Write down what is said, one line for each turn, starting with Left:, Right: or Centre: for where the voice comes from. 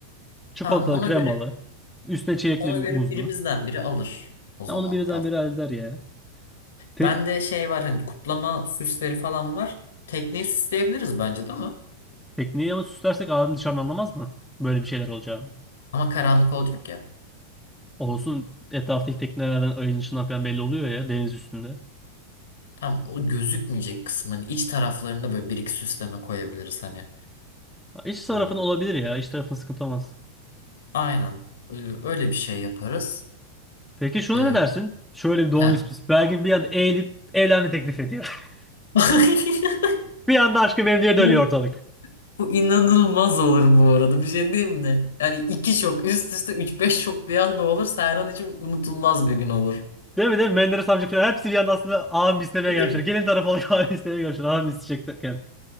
Centre: Çikolatalı
Left: Tamam ona
Centre: kremalı.
Left: göre
Centre: Üstüne çilekli
Left: ona
Centre: muzlu.
Left: göre birimizden biri alır o zaman
Centre: Ya Onu birden biri halleder ya. Pek
Left: Bende şey var hani kutlama süsleri falan var. Tekneyi süsleyebiliriz bence değil mi?
Centre: Tekneyi ama süslersek adam dışarıdan anlamaz mı? Böyle bir şeyler olacağını.
Left: Ama karanlık olacak ya.
Centre: Olsun etraftaki teknelerden ayın ışığından falan belli oluyor ya deniz üstünde.
Left: Tam o gözükmeyecek kısmın iç taraflarında böyle bir iki süsleme koyabiliriz hani.
Centre: Ha, İç tarafın
Left: Ee,
Centre: olabilir ya. iç tarafın sıkıntı olmaz.
Left: Aynen. Ee, Öyle bir şey yaparız.
Centre: Peki şuna
Left: Ee,
Centre: ne dersin? Şöyle bir doğum
Left: heh.
Centre: ismi. Belki bir anda eğilip evlenme teklif ediyor. <laughs>
Left: <laughs>
Centre: Bir anda aşkı memnuniyete dönüyor
Left: Bu,
Centre: ortalık.
Left: bu inanılmaz olur bu arada. Bir şey diyeyim mi? Yani iki şok üst üste üç beş şok bir anda olur. Serhan için unutulmaz bir gün olur.
Centre: Değil mi değil mi? Menderes amca falan hepsi bir anda aslında ağam istemeye
Left: <laughs>
Centre: gelmişler. Gelin tarafı olarak <laughs> ağam istemeye gelmişler. Ağam isteyecekken.